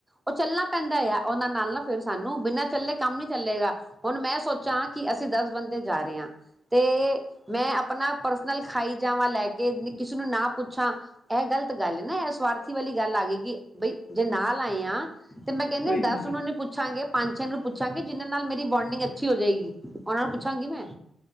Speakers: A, on the right; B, on the left.
A: ਉਹ ਚੱਲਣਾ ਪੈਂਦਾ ਆ ਉਹਨਾਂ ਨਾਲ ਨਾ ਫਿਰ ਸਾਨੂੰ ਬਿਨਾਂ ਚੱਲੇ ਕੰਮ ਨੀ ਚੱਲੇਗਾ ਹੁਣ ਮੈਂ ਸੋਚਾਂ ਕਿ ਅਸੀਂ ਦਸ ਬੰਦੇ ਜਾ ਰਹੇ ਹਾਂ ਤੇ ਮੈਂ ਆਪਣਾ ਪਰਸ ਨਾਲ ਖਾਈ ਜਾਵਾਂ ਲੈ ਕੇ ਕਿਸੇ ਨੂੰ ਨਾ ਪੁੱਛਾਂ ਇਹ ਗਲਤ ਗੱਲ ਹੈ ਨਾ ਇਹ ਸਵਾਰਥੀ ਵਾਲੀ ਗੱਲ ਆ ਗਈ ਕਿ ਬਈ ਜੇ ਨਾ ਲਾਏ ਆ ਤੇ ਮੈਂ ਕਹਿੰਦੀ
B: ਸਹੀ
A: ਦੱਸ
B: ਗੱਲ
A: ਉਹ
B: ਹੈ।
A: ਨੇ ਪੁੱਛਾਂਗੇ ਪੰਜ ਛੇ ਨੂੰ ਪੁੱਛਾਂਗੇ ਜਿਨਾਂ ਨਾਲ ਮੇਰੀ ਬੋਂਡਿੰਗ ਅੱਛੀ ਹੋ ਜਾਏਗੀ ਉਹਨਾਂ ਨੂੰ ਪੁੱਛਾਂਗੀ ਮੈਂ